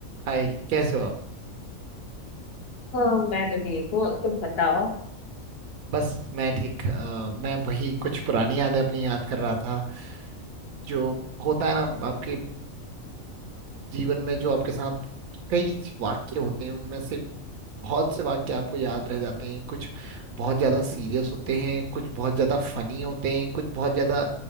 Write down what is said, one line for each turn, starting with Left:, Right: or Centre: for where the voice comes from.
Right: हाय कैसे हो आप
Left: हाँ मैं तो ठीक हूँ तुम बताओ
Right: बस मैं ठीक अ, मैं वही कुछ पुरानी यादें अपनी याद कर रहा था जो होता है ना आपके जीवन में जो आपके साथ कई वाक्य होते हैं उनमें से बहुत से वाक्य आपको याद रह जाते हैं कुछ बहुत ज्यादा सीरियस होते हैं कुछ बहुत ज्यादा फनी होते हैं कुछ बहुत ज्यादा